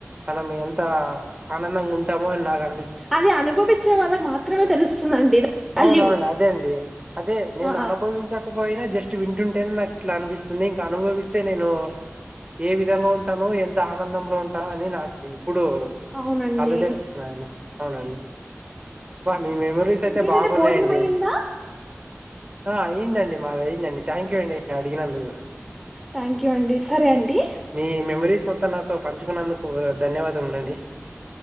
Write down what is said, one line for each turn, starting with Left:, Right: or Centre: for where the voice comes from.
Right: మనం ఎంత ఆనందంగా ఉంటామో అని నాకు ం
Centre: అది అనుభవించే వాళ్ళకి మాత్రమే తెలుస్తుందండి వాల్యూ
Right: అవునవునండి అదే అండి అదే నేను
Centre: ఆ
Right: అనుభవించకపోయినా జస్ట్ వింటుంటేనే నాకు ఇట్లా అనిపిస్తుంది ఇంక అనుభవిస్తే నేను ఏ విధంగా ఉ ను ఎంత ఆనందంలో ఉంటాం అని నాకు ఇప్పుడు
Centre: అవునండి
Right: తలుదరుస్తున్నాని అవునండి బ మీ మెమరీస్ అయితే
Centre: ఇంకేంటండి
Right: బాగున్నాయంండి
Centre: భోజనం అయ్యిందా
Right: ఆ ఇందండి మాది అయిందండి థ్యాంక్ యూ అండి నే అడిగినందుకు
Centre: థ్యాంక్ యూ అండి సరే అండి
Right: మీ మెమరీస్ మొత్తం నా తో పంచుకున్నందుకు ధన్యవాదములు అండి